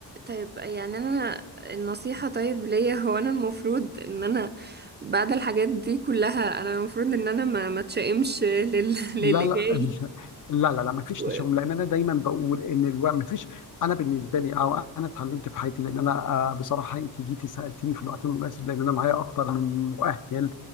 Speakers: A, on the right (about 25°); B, on the left (about 50°).
A: طيب يعني انا النصيحة طيب ليا هو انا المفروض ان انا بعد الحاجات دي كلها انا المفروض ان انا ما ما اتشائمش لل... <laughs> للي
B: لا لا
A: جاي
B: <laughs> لا لا لا ما فيش
A: و...
B: تشاؤم لان انا دايما بقول ان الوقت ما فيش انا بالنسبه لي او انا اتعلمت في حياتي لان انا آه، بصراحه انت جيتي سالتيني في الوقت المناسب لان انا معايا اكتر من مؤهل